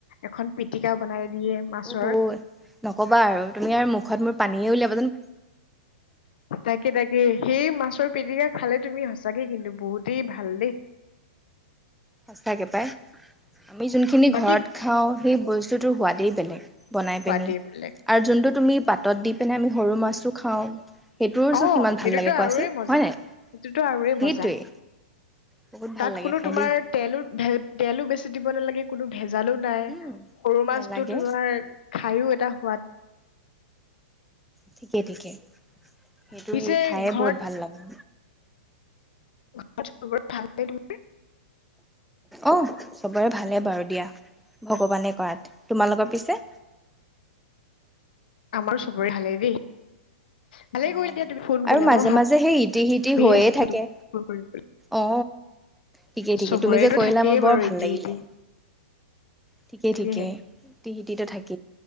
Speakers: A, on the left; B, in the centre.
A: এখন পিটিকা বনাই।। দিয়ে মাছৰ
B: অ হ নকবা আৰু তুমি আৰু মুখত মোৰ পানীয়ে ওলাবা।।
A: তাকে তাকে সেই মাছৰ।। পিটিকা খালে তুমি সঁচাকে কিন্তু বহুতেই ভাল দেই।
B: সচাঁ কে পায়। আমি যোনখিনি
A: বাকী
B: ঘৰত খাওঁ সেই বস্তুটোৰ সোৱাদেই বেলেগ। বনাই
A: খোৱা
B: পিনি,
A: দিয়ে বেলেগ
B: আৰু যোনটো তুমি পাতত দি পিনে আমি সৰু মাছটো খাওঁ।। সেইটোৰচো
A: অ
B: কিমান
A: সেইটোতো
B: ভাল লাগে
A: আৰু
B: কোৱাচোন
A: য়ে মজা।
B: হয় নাই
A: সেইটোতো আৰু য়ে
B: সেইটোৱেই
A: মজা,
B: বহুত ভাল
A: তাত
B: লাগে
A: কোনো
B: খাই
A: তোমাৰ
B: দেই।
A: তেলো।। ভাল তেলো বেছি দিব নালাগে কোনো ভেজ।। ভেজালো নাই।
B: উম
A: সৰু মাছতো
B: নেলাগে
A: তোমাৰ খায়ও।। তাৰ সোৱাদ।।
B: ঠিক ঠিকে ঠিকে কিন্তু
A: পিছে
B: সেই খাইয়ে
A: ঘৰত
B: বহুত ভাল লাগে।
A: ঘৰত চবৰে ভালনে তোমাৰ।
B: অ চবৰে ভালে বাৰু দিয়া ভগৱানে কৰাত। তোমালোকৰ পিছে?
A: আমাৰো চবৰে ভালেই দেই। ভালেই
B: অ
A: কৰিলা দিয়া তুমি ফোন কৰিলা
B: আৰু মাজে
A: মই
B: মাজে সেই ইতি সিতি
A: ভাবিয়ে
B: হৈয়ে
A: আছিলো
B: থাকে।
A: তোমাক ফোন কৰিম
B: অ ঠিকেই
A: বুলি
B: ঠিকেই
A: চবৰেতো
B: তুমি যে কৰিলা,
A: থাকেই
B: মোৰ
A: বাৰু
B: বৰ ভাল
A: ইতি
B: লাগিলে।
A: ইতি
B: ঠিকেই
A: তাকেহে
B: ঠিকেই ইটি সিতি টো থাক।।